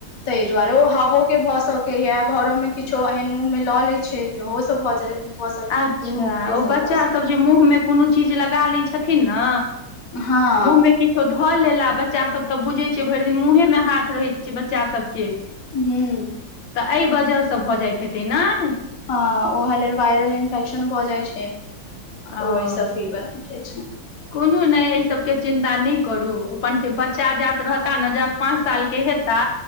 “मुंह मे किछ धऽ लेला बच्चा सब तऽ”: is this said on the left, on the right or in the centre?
Left